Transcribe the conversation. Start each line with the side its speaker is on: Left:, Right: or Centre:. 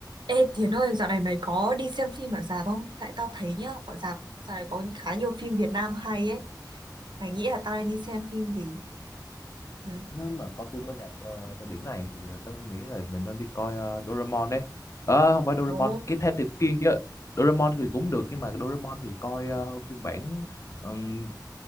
Right: Ê Tiến ơi, dạo này mày có đi xem phim ở rạp không? Tại tao thấy nhá, ở rạp dạo này có khá nhiều phim Việt Nam hay ấy. Mày nghĩ là tao nên đi xem phim gì? Ừ.
Left: nếu mà coi phim ở rạp ờ, thời điểm này thì tao nghĩ là mình nên đi coi ờ, Doraemon đấy Ờ không phải Doraemon
Right: Ồ,
Left: cái Thám Tử Kiên chứ Doraemon thì cũng được nhưng mà cái Doraemon thì coi ờ, phiên bản ừm,